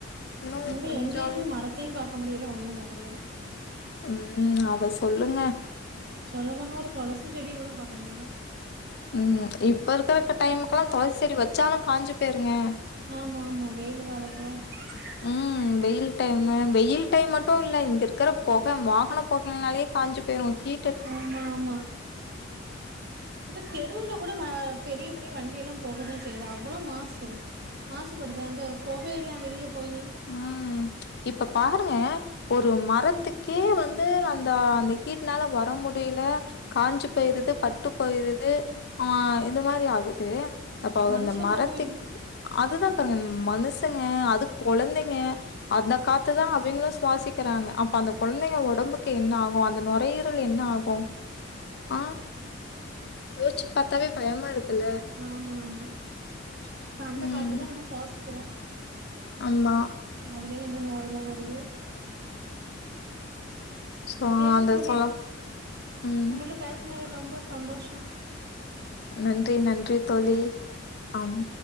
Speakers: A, on the left; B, on the right.
A: இன்னு
B: இங்க
A: கொஞ்சோ
B: எங்கய்மே மர த்தையு பாக்க முடிய்ல ஒன்னையு பாக்க முடிய்ல
A: ம் அத சொல்லுங்க
B: சொல்ல போனா ஒரு தொளசி செடிய கூட பாக்க முடியில
A: ம் இப்ப இருக்கற டைம்குல்லா தொளசி செடி வச்சாலு காஞ்சு போயிருங்க
B: ஆமா ஆமா வெயிலு காலத்துல <inaudible>
A: ம் வெயில் டைமு வெயில் டைம் மட்டு இல்ல இங்க இருக்கிற பொக வாகன பொகைனாலே காஞ்சு போயிடு ஹீ
B: ஆமா ஆமா இப்ப தெருல கூட ம பெரிய பெரிய வண்டி எல்லா போகதா செய்யிது அவ்ளோ மாசு மாசுபடுது அந்த பொகையெல்லா வெளில போயி
A: ம். இப்ப பாருங்க ஒரு மரத்துக்கே வந்து அந்த அந்த ஹீட்னால வர முடியில காஞ்சு போயிருது பட்டு போயிருது ஆ இந்த மாரி ஆகுது அப்ப
B: மனுஷங்கல்லா
A: இந்த மரத்துக்
B: எப்டி
A: அதுதா பாருங்க மனுசங்க அது கொழந்தைங்க அந்த காத்துதா அவுங்களு சுவாசிக்கிறாங்க அப்ப அந்த கொழந்தைங்க ஒடம்புக்கு என்ன ஆகு அந்த நொரையீரல் என்ன ஆ கு ஆ யோஸ்ச்சி பாத்தாலே பயமா இருக்குல்ல
B: ஆமா ஆமா இப்ப அந்த
A: ம்.
B: காத்துதா நம்ம சுவாசிக்கிறோ
A: ஆமா
B: அதுலே என்ன நோய்லா வருதோ
A: சோ
B: செரி
A: அந்த
B: தோழி
A: சொல்ல ம்.
B: உங்கள்ட்ட பேசுனது ரொம்ப சந்தோஷோ
A: நன்றி நன்றி தோழி ஆம்